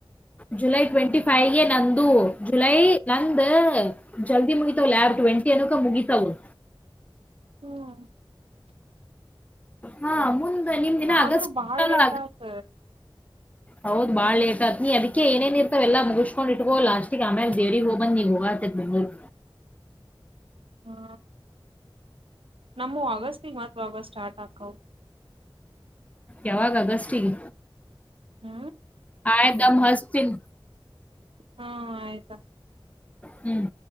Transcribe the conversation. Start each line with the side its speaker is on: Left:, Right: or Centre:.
Left: ಜುಲೈ ಟ್ವೆಂಟಿ ಫೈವ್ಗೆ ನಂದು ಜುಲೈ ನಂದ ಜಲ್ದಿ ಮುಗಿತವ ಜುಲೈ ಟ್ವೆಂಟಿ ಅನೋಕ ಮುಗಿತವ
Right: ಹ್ಮ್
Left: ಹಾ ಮುಂದ ನಿಮ್ದ್ ಇನ್ನ
Right: ಆದ್ರೂ
Left: ಆಗಸ್ಟ್
Right: ಬಾಳ
Left: ಅಂತಲ್ಲ
Right: ಲೇಟ್ ಆತ
Left: ಹೌದೇನ ಬಾಳ ಲೇಟ್ ಆಯತ್ ನೀ ಅದಕ ಏನೇನ್ ಇರ್ತಾವ ಎಲ್ಲ ಮುಗಿಸಸ್ಕೊಂಡ್ ಇಟ್ಕೋ ಲಾಸ್ಟಿಗೆ ಆಮೇಲೆ ದೇವರಿಗೆ ಹೋಗಬಂದ್ ನೀಗ್ ಹೋಗತಿ ಅಂತ ಬೆಂಗಳೂರು
Right: ಹ್ಮ ನಮ್ಮವು ಅಗಸ್ಟಿಗೆ ಅಂತ ಆವಾಗ ಸ್ಟಾರ್ಟ್ ಆಕಾವು
Left: ಯಾವಾಗ ಅಗಸ್ಟಿಗೆ
Right: ಹ್ಮ
Left: ಹಾ ಈಗ ಮಾಡಿಸ್ತೀನಿ
Right: ಹಾ ಆಯ್ತಾ
Left: ಹ್ಮ್